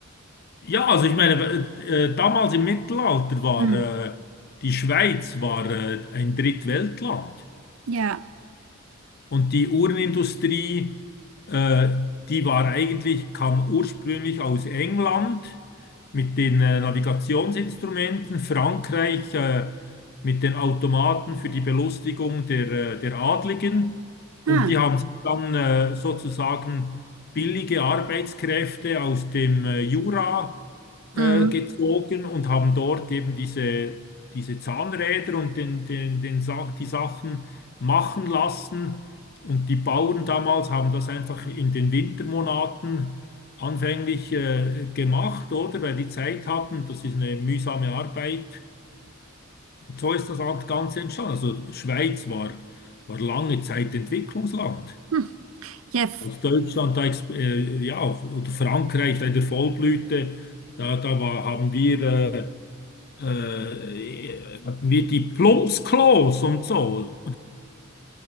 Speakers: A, on the left; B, on the right.
A: Ja, also ich meine, äh, äh, damals im Mittelalter war
B: Hm.
A: äh, die Schweiz war äh, ein Drittweltland.
B: Ja.
A: Und die Uhrenindustrie, äh, die war eigentlich, kam ursprünglich aus England mit den äh, Navigationsinstrumenten, Frankreich äh, mit den Automaten für die Belustigung der, äh, der Adligen. Und
B: Hm.
A: die haben Mhm. sich dann äh, sozusagen billige Arbeitskräfte aus dem äh, Jura äh,
B: Hm.
A: gezogen und haben dort eben diese, diese Zahnräder und den, den, den Sach die Sachen machen lassen. Und die Bauern damals haben das einfach in den Wintermonaten anfänglich äh, gemacht, oder? Weil die Zeit hatten, das ist eine mühsame Arbeit. Und so ist das Ganze entstanden. Also Schweiz war, war lange Zeit Entwicklungsland.
B: Hm. Jeff.
A: Als Deutschland da, exp- äh, ja, oder Frankreich da in der Vollblüte, da, da war, haben wir, äh, äh, hatten wir die Plumpsklos und so.